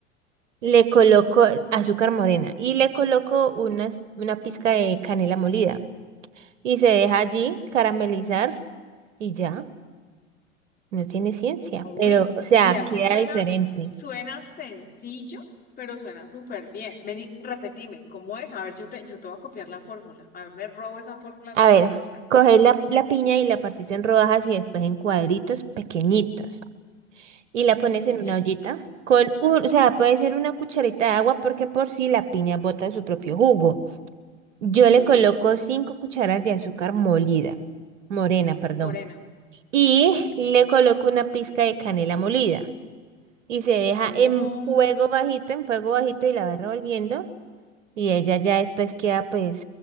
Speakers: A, on the right; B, on the left.
A: Le coloco azúcar morena y le coloco unas- una pizca de canela molida y se deja allí caramelizar y ya, no tiene ciencia,
B: Uy,
A: pero o sea,
B: mira
A: queda
B: que suena,
A: diferente.
B: suena sencillo, pero suena súper bien. Vení, repetime, ¿cómo es? A ver, yo te, yo te voy a copiar la fórmula. A ver, me robo esa fórmula
A: A
B: tan
A: ver,
B: buena, ¿cómo es?
A: coges la, la piña y la partís en rodajas y después en cuadritos pequeñitos y la pones
B: Sí,
A: en una ollita con un, o sea, puede ser una cucharita de agua porque por si la piña bota su propio jugo. Yo
B: sí,
A: le coloco cinco cucharas de azúcar molida, morena, perdón.
B: morena.
A: y
B: Ok.
A: le coloco una pizca de canela molida y se deja
B: Oh,
A: en fuego bajito, en fuego bajito y la va revolviendo y ella ya después queda pues